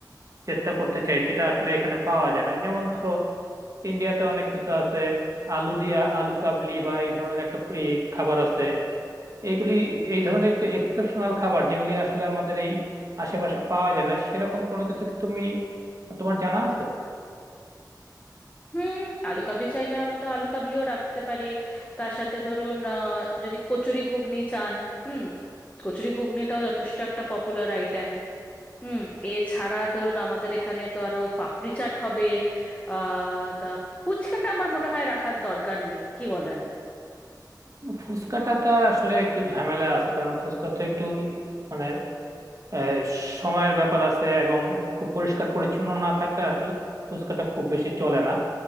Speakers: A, on the right (about 50°); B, on the left (about 20°).
A: চেষ্টা করতে চাই যেটা আসলে এখানে পাওয়া যায় না যেমন ধরো ইন্ডিয়াতে অনেক কিছু আছে আলু দিয়া আলু কাবলি বা এই ধরনের একটা এই খাবার আছে এগুলি এই ধরনের একটু এক্সেপশনাল খাবার যেগুলি আসলে আমাদের এই আশেপাশে পাওয়া যায় না সেরকম কোনো কিছু কি তুমি তোমার জানা আছে
B: হুম আলু কাবলি চাইলে আমরা তো আলু কাবলিও রাখতে পারি তার সাথে ধরুন আহ, যদি কচুরি ঘুগনি চান হুম কচুরি ঘুগনিটাও যথেষ্ট একটা পপুলার আইটেম হুম এছাড়া ধরুন আমাদের এখানে তো আরো পাপড়ি চাট হবে আহ তা ফুচকাটা আমার মনে হয় রাখার দরকার নেই কি বলেন
A: ফুচকাটাতে আসলে একটু ঝামেলা আছে কারণ ফুচকাতে একটু মানে আহ, সময়ের ব্যাপার আছে এবং খুব পরিষ্কার পরিচ্ছন্ন না থাকলে আসলে ফুচকাটা খুব বেশি চলে না